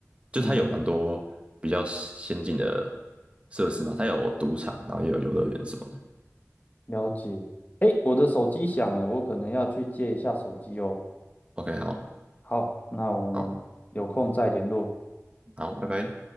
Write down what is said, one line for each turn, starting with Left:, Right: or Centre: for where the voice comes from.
Right: 就它有蛮多比较先进的
Left: 嗯，
Right: 设施嘛，它有赌场，然后也有游乐园什么的。
Left: 了解。诶，我的手机响了，我可能要去接一下手机哦。
Right: OK，好，
Left: 好，那我们有空再联络。
Right: 好，好，拜拜。